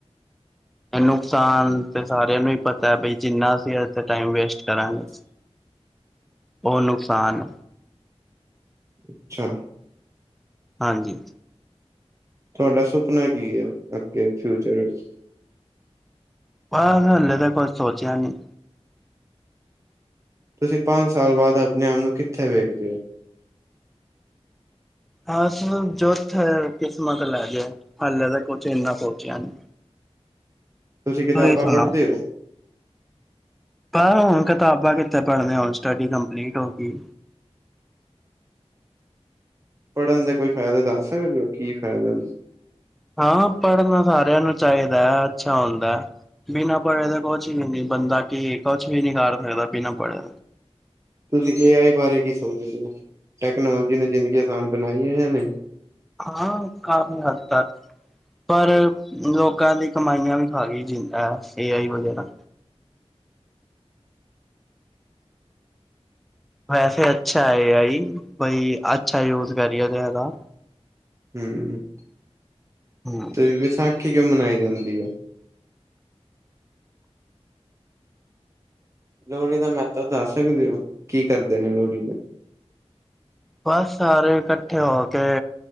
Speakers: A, in the centre; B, on the right.
A: ਏ ਨੁਕਸਾਨ ਤੇ ਸਾਰਿਆਂ ਨੂੰ ਈ ਪਤਾ ਵੀ ਜਿੰਨਾ ਅਸੀਂ ਏਦੇ ਤੇ ਟਾਈਮ ਵੇਸਟ ਕਰਾਂਗੇ
B: <inaudible>
A: ਉਹ ਨੁਕਸਾਨ
B: ਅੱਛਾ।
A: ਹਾਂਜੀ।
B: ਤੁਹਾਡਾ ਸੁਪਨਾ ਕੀ ਹੈ? ਅੱਗੇ ਫਿਊਚਰ ਵਿੱਚ
A: ਬਸ ਹਲੇ ਤਾਂ ਕੋਈ ਸੋਚਿਆ ਨੀ
B: ਤੁਸੀਂ ਪੰਜ ਸਾਲ ਬਾਅਦ ਆਪਣੇ ਆਪ ਨੂੰ ਕਿੱਥੇ ਵੇਖਦੇ ਹੋ?
A: ਹ ਜੋਥ ਕਿਸਮਤ ਲੈ ਜਾਇ ਹੱਲੇ ਤੇ ਕੁਝ ਇਨਾ ਸੋਚਿਆ ਨਹੀਂ
B: ਕਿਤਾਬਾਂ
A: ਤੁਸੀਂ ਸੁਣਾਓ?
B: ਪੜ੍ਹਦੇ ਹੋ
A: ਪਰ ਹੁਣ ਕਿਤਾਬਾਂ ਕਿੱਥੇ ਪੜ੍ਹਨੀਆਂ ਹੁਣ ਸਟੱਡੀ ਕੰਪਲੀਟ ਹੋ ਗਈ
B: ਪੜ੍ਹਨ ਦੇ ਕੋਈ ਫਾਇਦਾ ਦੱਸ ਸਕਦੇ ਹੋ ਕੀ ਫਾਇਦਾ?
A: ਹਾਂ ਪੜ੍ਹਨਾ ਸਾਰਿਆਂ ਨੂੰ ਚਾਹੀਦਾ ਹੈ, ਅੱਛਾ ਹੁੰਦਾ ਬਿਨਾਂ ਪੜ੍ਹੇ ਦੇ। ਕੁਛ ਵੀ ਨੀ ਬੰਦਾ ਕੀ ਕੁਛ ਵੀ ਨੀ ਕਰ ਸਕਦਾ ਪੀ ਨਾ ਪੜ੍ਹੇ।
B: ਤੁਸੀਂ ਏ ਆਈ ਬਾਰੇ ਕੀ ਸੋਚਦੇ ਹੋ? ਟੈਕਨੋਲੋਜੀ ਨੇ ਜ਼ਿੰਦਗੀ ਆਸਾਨ ਬਣਾਈ ਹੈ ਜਾਂ ਨਹੀਂ?
A: ਹਾਂ ਕਾਫੀ ਹੱਦ ਤੱਕ ਪਰ ਲੋਕਾਂ ਦੀ ਕਮਾਈਆਂ ਵੀ ਖਾ ਗਈ ਜੀ। ਹੈ ਸਹੀ ਆ ਹੀ ਵਗੈਰਾ। ਵੈਸੇ ਅੱਛਾ ਹੈ ਏ ਆਈ ਬਈ ਅੱਛਾ ਯੂਜ ਕਰਏ ਜ਼ਿਆਦਾ।
B: ਹੂੰ
A: ਹੂੰ
B: ਤੇ ਵਿਸਾਖੀ ਕਿਉਂ ਮਨਾਈ ਜਾਂਦੀ ਹੈ? ਲੋਹੜੀ ਦਾ ਮਹੱਤਵ ਦੱਸ ਸਕਦੇ ਹੋ ਕੀ ਕਰਦੇ ਨੇ ਲੋਹੜੀ ਤੇ?
A: ਬਸ ਸਾਰੇ ਇਕੱਠੇ ਹੋ ਕੇ